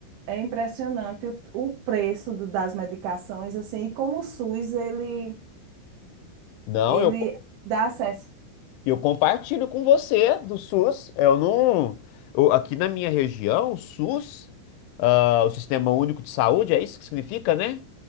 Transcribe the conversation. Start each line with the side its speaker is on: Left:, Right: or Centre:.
Right: É, é impressionante o, o preço do- das medicações, assim, e como o SUS, ele,
Left: Não,
Right: ele
Left: eu, co-
Right: dá acesso.
Left: eu compartilho com você do SUS. Eu não. eu- aqui na minha região, o SUS, ah, o Sistema Único de Saúde, é isso que significa, né?